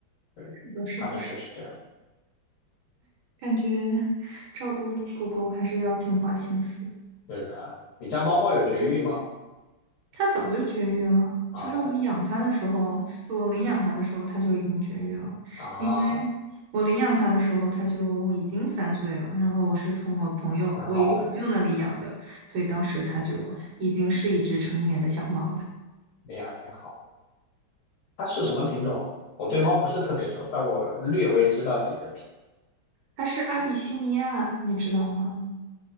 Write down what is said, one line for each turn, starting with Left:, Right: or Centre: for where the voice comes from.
Left: 对，
Right: 是的，是的，
Left: 他们就是这样。
Right: 是，感觉照顾狗狗还是要挺花心思的
Left: 对的，你家猫猫有绝育吗？
Right: 它早就绝育了，
Left: 啊它
Right: 其实我养它的时候，就我领养它的时候，它就已经绝育了，
Left: 啊，
Right: 因为我领养它的时候，它就已经三岁了，然后我是从我朋友，
Left: 挺好的，
Right: 我一个朋友那里养的，所以当时它就已经是一只成年的小猫了。
Left: 那样挺好。它是什么品种？我对猫不是特别熟，但我略微知道几个品。
Right: 它是阿比西尼亚，你知道吗？